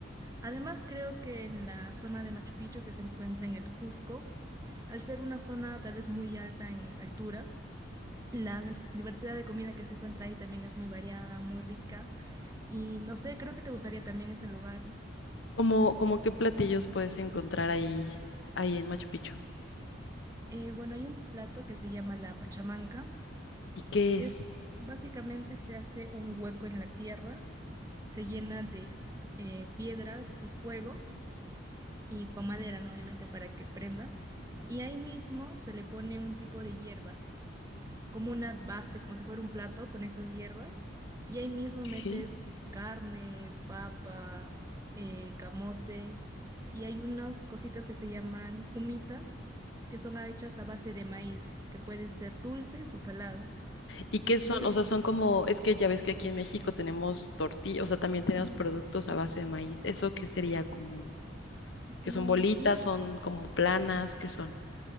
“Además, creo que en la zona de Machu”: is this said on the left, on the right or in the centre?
Right